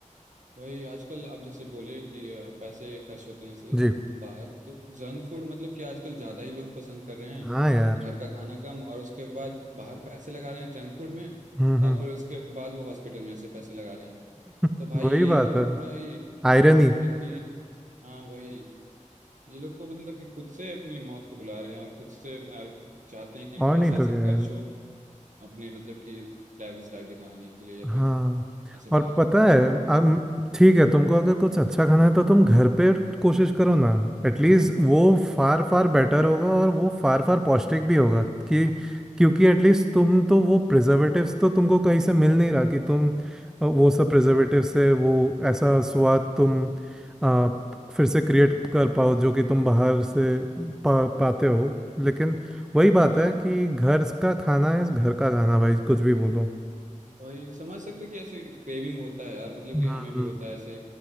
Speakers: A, on the right; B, in the centre.
A: वही आजकल आप जैसे बोले कि अ, पैसे खर्च होते हैं इससे
B: जी
A: बाहर तो जंक फूड मतलब कि आजकल ज़्यादा ही लोग पसंद कर रहे हैं
B: हाँ यार
A: घर का खाना कम और उसके बाद बाहर पैसे लगा रहे हैं जंक फूड में
B: हम्म हम्म
A: और फिर उसके बाद वो हॉस्पिटल में ऐसे पैसे लगा रहे हैं तो
B: <laughs>
A: भाई
B: वही
A: ये
B: बात
A: तो
B: है
A: पूरा ही
B: आयरनी
A: हाँ मतलब कि हाँ वही ये लोग को मतलब कि खुद से अपनी मौत को बुला रहे हैं और खुद से अ, चाहते हैं कि
B: और
A: पैसे
B: नहीं
A: ऐसे
B: तो क्या
A: खर्च
B: है
A: हो अपने मतलब कि लाविश लाइफ दिखाने के लिए या
B: हाँ
A: फिर ऐसे बाहर
B: और
A: से
B: पता
A: खाने
B: है
A: के लिए
B: अब ठीक है तुमको अगर कुछ अच्छा खाना है तो तुम घर पे कोशिश करो ना एटलीस्ट
A: हम्म,
B: वो फार फार बेटर होगा और वो फार फार पौष्टिक भी होगा कि क्योंकि एटलीस्ट तुम तो वो प्रिजर्वेटिव्स तो तुमको कहीं से मिल नहीं रहा कि तुम अ, वो सब प्रिजर्वेटिव
A: हाँ
B: से वो ऐसा स्वाद तुम अ, फिर से क्रिएट कर पाओ जो कि तुम बाहर से पा, पाते हो लेकिन वही
A: हाँ
B: बात
A: भाई
B: है कि घर का खाना है घर का खाना भाई कुछ भी बोलो
A: वही समझ सकते हैं कि ऐसे क्रेविंग होता है यार मतलब
B: हम्म
A: कि हमें भी होता है ऐसे